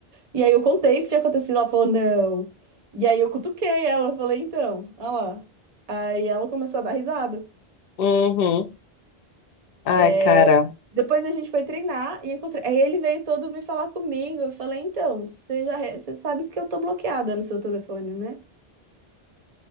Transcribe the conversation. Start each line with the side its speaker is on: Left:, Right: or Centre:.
Right: E aí eu contei o que tinha acontecido, ela falou, não. E aí eu cutuquei ela, falei, então, olha lá. Aí ela começou a dar risada.
Left: uhum. Ai,
Right: É,
Left: cara.
Right: Depois a gente foi treinar e encontrei. Aí ele veio todo vir falar comigo. Eu falei, então, você já re- você sabe que eu tô bloqueada no seu telefone, né?